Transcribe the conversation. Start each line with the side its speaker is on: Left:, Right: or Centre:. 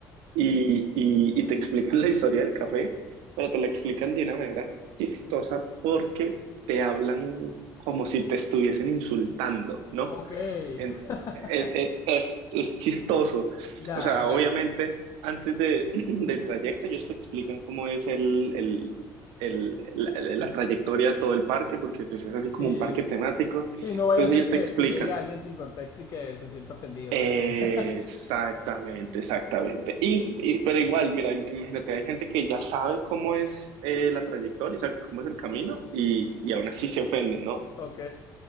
Right: y, y, y te explican <laughs> la historia del café, pero te la explican de una manera chistosa porque te hablan como si te estuviesen insultando, ¿no?
Left: Ok.
Right: En-
Left: <laughs>
Right: e- e- Es, es chistoso.
Left: Ya,
Right: O sea,
Left: ya.
Right: obviamente, antes de, <clears throat> del trayecto, ellos te explican cómo es el, el, el- la, la trayectoria de todo el parque, porque pues, es así
Left: Sí.
Right: como un parque temático.
Left: Sí, no vaya
Right: Entonces
Left: a ser
Right: ellos
Left: que,
Right: te explican.
Left: que llegue alguien sin contexto y que se sienta ofendido,
Right: Exactamente,
Left: ¿sabes? <laughs>
Right: exactamente. Y, y- pero igual, mira, im- imagínate, hay gente que ya sabe cómo es eh, la trayectoria, o sea, cómo es el camino, y, y aún así se ofenden, ¿no?
Left: Ok.